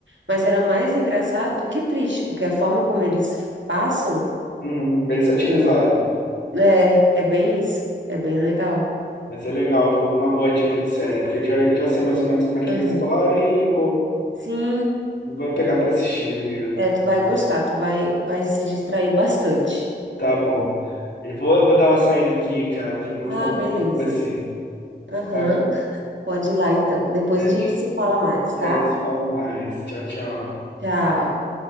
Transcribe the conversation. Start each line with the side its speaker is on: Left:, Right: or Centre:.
Right: mas era mais engraçado do que triste, porque a forma como eles passam,
Left: Uhum. Bem satirizado.
Right: tipo, é, é bem isso. É bem legal.
Left: Mas é legal, vou- uma boa dica de série, porque eu já, já sei mais ou menos como é que
Right: Aham.
Left: é a história e vou,
Right: Sim,
Left: vou pegar pra assistir, amigo.
Right: é, tu vai gostar, tu vai, vai se distrair bastante.
Left: Tá bom. Eu vou, eu vou dar uma saída aqui, cara. Foi muito
Right: Ah,
Left: bom
Right: beleza.
Left: falar com você.
Right: Aham.
Left: Tá?
Right: Pode ir lá, então. Depois
Left: A gente
Right: a gente se fala mais, tá?
Left: a gente se fala mais. Tchau, tchau.
Right: Tchau.